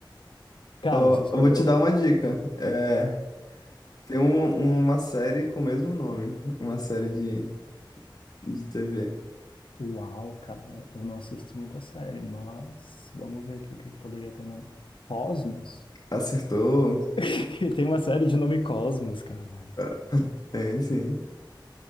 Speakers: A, on the left; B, on the left.
A: Cara,
B: Ó,
A: você escolheu.
B: eu vou te dar uma dica. É, tem um- uma série com o mesmo nome. Uma série de, de TV.
A: Uau, cara, eu não assisto muita série, mas vamos ver aqui o que poderia ter nome. Cosmos?
B: Acertou?
A: <laughs> Tem uma série de nome Cosmos, cara.
B: É, Tem, sim.